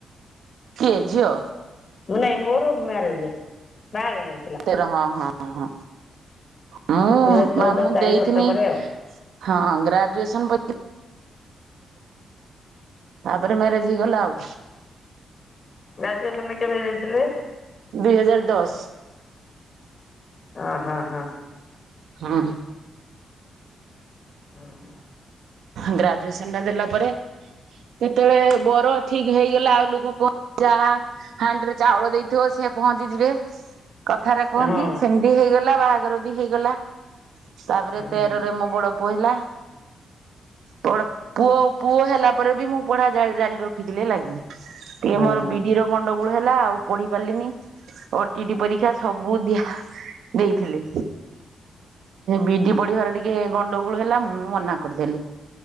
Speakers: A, on the right; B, on the left.
A: କିଏ ଝିଅ
B: ମୁ ନାଇ ମୋର ମ୍ୟାରେଜ ବାଗର
A: ତେର ହଁ ହଁ ହଁ ମୁଁ
B: ଦୁଇ ହଜାର ଚଉଦ
A: ମା ମୁଁ
B: ଚାରି
A: ଦେଇଥିନି
B: ବର୍ଷ ପରେ ଆଉ।
A: ହଁ ଗ୍ରାଜୁଏସନ ପ ତାପରେ ମ୍ୟାରେଜ ହେଇଗଲା ଆଉ।
B: ଗ୍ରାଜୁଏସନରେ କେବେ ଦେଇଥିଲେ?
A: ଦୁଇ ହଜାର ଦଶ।
B: ହ ହ ହଁ
A: ହୁଁ
B: ହୁଁ ହୁଁ
A: ଗ୍ରାଜୁଏସନ ଟା ଦେଲା ପରେ କେତେବେଳେ ବର ଠିକ ହେଇଗଲା ଆଉ ଲୋକ କହ ଯାହା ହାଣ୍ଡିରେ ଚାଉଳ ଦେଇଥିବ ସେ ପହଞ୍ଚିଯିବେ କଥାରେ କୁହନ୍ତି
B: ହଁ।
A: ସେମିତି ହେଇଗଲା ବାହାଘର ବି ହେଇଗଲା। ତାପରେ
B: ହୁଁ ହୁଁ
A: ତେରରେ ମୋ ବଡ ପୁଅ ହେଲା। କଣ ପୁଅ ପୁଅ ହେଲା ପରେ ବି ମୁଁ ପଢା ଜାରି ରଖିଥିଲି ହେଲାକି ଟିକେ
B: ହୁଁ
A: ମୋର ବିଡିର ଗଣ୍ଡଗୋଳ ହେଲା ଆଉ ପଢି ପାରିଲିନି। ଓଟିଟି ପରୀକ୍ଷା ସବୁ ଦିଆ ଦେଇଥିଲି। ବିଡି ପଢିବାର ଟିକେ ଗଣ୍ଡଗୋଳ ହେଲା ମୁଁ ମନା କ କରିଦେଲି